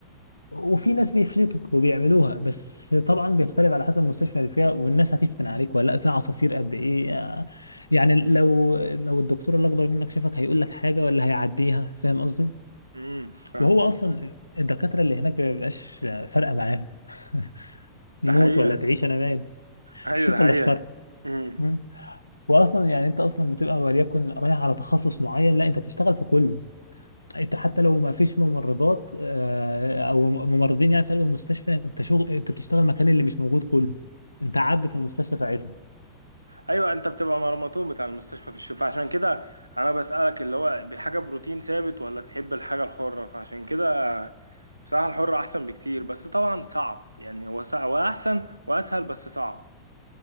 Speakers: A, on the left; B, on the right.
A: وفي ناس بيفلتوا وبيعملوها بس طبعا بيختلف على حسب المستشفى اللي فيها والناس هتفتن عليك ولا لا في عصافير قد ايه آه، يعني لو لو الدكتور اللي اكبر منك شافك هيقول لك حاجه ولا هيعديها فاهم قصدي
B: امم فاهم
A: وهو اصلا الدكاتره اللي هناك ما بيبقاش فارقه معاهم <laughs> موت
B: ده حقيقة
A: ولا تعيش انا مال
B: ايوه
A: مش انت
B: ده حقيقة
A: اللي اخترت
B: امم
A: مم. واصلا يعني انت اصلا بتبقى وليكن رايح على تخصص معين لا انت بتشتغل في كله انت حتى لو ما فيش ممرضات آه، او ممرضين يعني في قلب المستشفى انت شغل انت بتشتغل مكان اللي مش موجود كله انت عبد في المستشفى ساعتها
B: ايوه انت بتبقى مرمطون بتاع المستشفى في الشفاء عشان كده انا بسألك اللي هو بحاجه بروتين ثابت ولا تحب الحاجه الحره فعشان كده بصراحه الحره احسن بكتير بس طبعا صعب يعني هو صعب واحسن واسهل بس صعب